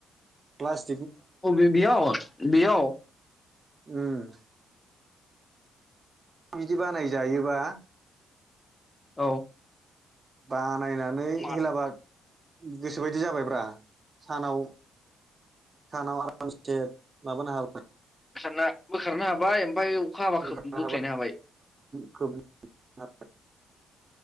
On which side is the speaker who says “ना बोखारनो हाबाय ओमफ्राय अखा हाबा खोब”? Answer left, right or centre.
Left